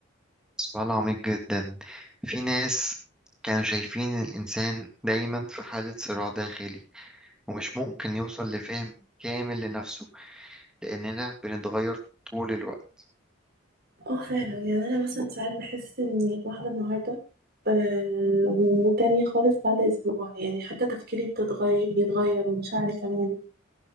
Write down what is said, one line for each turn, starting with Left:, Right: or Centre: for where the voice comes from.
Centre: سؤال عميق جدا في ناس كانوا شايفين الإنسان دايما في حالة صراع داخلي ومش ممكن يوصل لفهم كامل لنفسه لأننا بنتغير طول الوقت
Right: اه فعلا يعني انا مثلا ساعات بحس اني واحده النهارده آه وتانية خالص بعد اسبوع يعني حتى تفكيري بتتغير بيتغير ومشاعري كمان